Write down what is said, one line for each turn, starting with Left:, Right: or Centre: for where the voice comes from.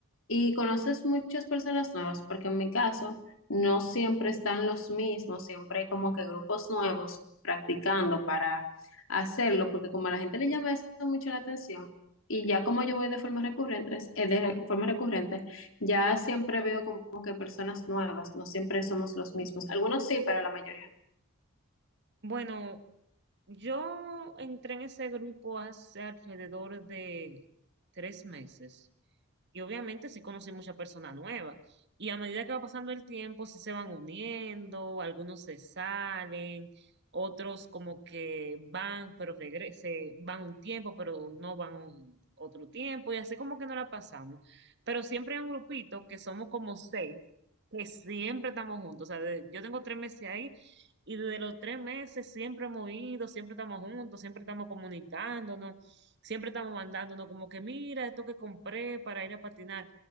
Left: ¿y conoces muchas personas nuevas? Porque en mi caso no siempre están los mismos, siempre hay como que grupos nuevos practicando para hacerlo, porque como a la gente le llama eso mucho la atención y ya como yo voy de forma recurrente, es- eh, de re- forma recurrente, ya siempre veo como que personas nuevas, no siempre somos los mismos. Algunos sí, pero la mayoría no.
Right: Bueno, yo entré en ese grupo hace alrededor de tres meses. Y obviamente sí conocí mucha persona nueva. Y a medida que va pasando el tiempo, sí se van uniendo, algunos se salen, otros como que van, pero regrese, van un tiempo, pero no van un- otro tiempo, y así como que no la pasamos. Pero siempre hay un grupito que somos como seis, que siempre estamos juntos. O sea, de- yo tengo tres meses ahí. Y desde los tres meses siempre hemos ido, siempre estamos juntos, siempre estamos comunicándonos. Siempre estamos mandándonos como que mira esto que compré para ir a patinar.